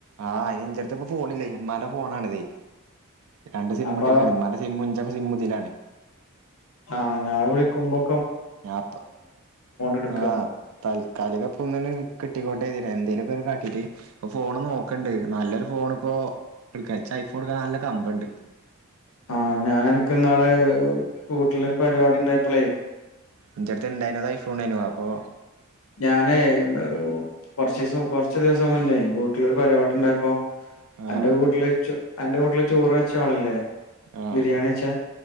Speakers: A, on the right; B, on the left.
A: ആഹ് അ ഇന്റെ ഇടുത്ത്പ്പ ഫോണില്ലേ ഇമ്മാന്റെ ഫോണണിതേ രണ്ട് സിംമിട്ട്ക്കാണ്
B: അപ്പൊ
A: ഇമ്മൻ്റ സിം സിം മുതിലാണ്
B: ആഹ് ഞാൻ വിളിക്കുമ്പോ
A: ഞാപ്പ
B: എടുക്കാ
A: ആ താൽക്കാലിക പൊന്ന്ൻ കിട്ടിക്കോട്ടേെ എന്തേലുമക്കെ കാട്ടീട്ട് ഇപ്പൊ ഫോൺ നോക്കണ്ട് നല്ലൊരു ഫോണ ഇപ്പോൊ എക്ക ഐഫോൺ എടുക്ക നല്ല കമ്പണ്ട്
B: ആ ഞാൻ അനക്ക് നാള് വീട്ടിലൊരു പരിപാടി ഉണ്ടായിപ്പോളെ
A: ഇൻ്റടത്ത് ഉണ്ടായിതിനതായി ഫോണന് അപ്പൊ
B: ഞാനേ എന്താ കൊറച്ച ദിവസം കൊറച്ച് ദിവസം മുന്നേ വീട്ടിലൊരു പരിപാടി ഉണ്ട ഇപ്പോ
A: ആഹ്
B: അന്റെ കുടീൽച്ച് അന്റെ വീട്ടില് ചോറ് വെച്ച ആളല്ലേ
A: ആഹ്
B: ബിരിയാണി വച്ചാ